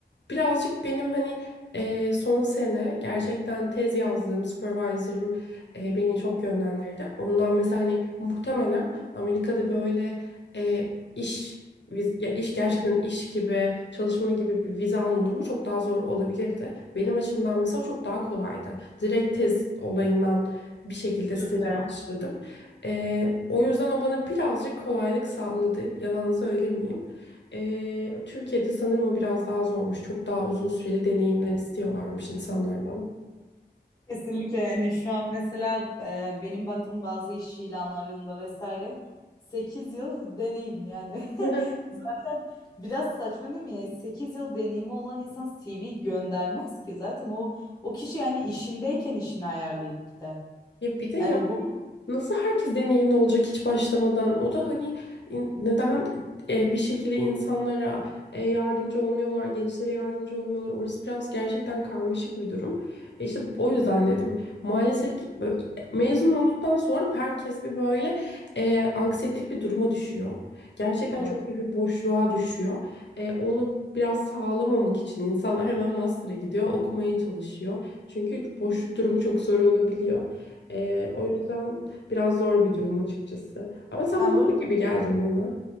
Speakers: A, on the left; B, on the left.
A: Birazcık benim hani eee, son sene gerçekten tez yazdığım supervisor'ım eee, beni çok yönlendirdi. Ondan mesela hani muhtemelen Amerika'da böyle eee, iş viz- ya iş gerçekten iş gibi çalışma gibi bir vize alma durumu çok daha zor olabilirdi. Benim açımdan mesela çok daha kolaydı. Direkt tez olayından bir şekilde
B: süper.
A: staja başladım. Eee, o yüzden o bana birazcık kolaylık sağladı. Yalan söylemeyeyim. Ee, Türkiye'de sanırım o biraz daha zormuş. Çok daha uzun süreli deneyimler istiyorlarmış insanlardan.
B: Kesinlikle yani şu an mesela e, benim baktığım bazı iş ilanlarında vesaire 8 yıl deneyim yani. <laughs>
A: <laughs>
B: Zaten Biraz saçma değil mi ya? sekiz yıl deneyimi olan insan CV göndermez ki zaten o o kişi yani işindeyken işini ayarlayıp gider.
A: Ya bir de yani
B: Yani bu
A: nasıl herkes deneyimli olacak hiç başlamadan? O da hani in- neden e, bir şekilde insanlara e, yardımcı olmuyorlar, gençlere yardımcı olmuyorlar? Orası biraz gerçekten karmaşık bir durum. E işte o yüzden dedim. Maalesef ki böyle mezun olduktan sonra herkes bir böyle e, anksiyetik bir duruma düşüyor. Gerçekten
B: evet,
A: çok büyük bir boşluğa düşüyor. E, onu biraz sağlamamak için insanlar hemen master'a gidiyor, okumaya çalışıyor. Çünkü boşluk durumu çok zor olabiliyor. Ee, o yüzden biraz zor bir durum açıkçası. Ama sen
B: Ben
A: mutlu
B: bu arada,
A: gibi geldin bana.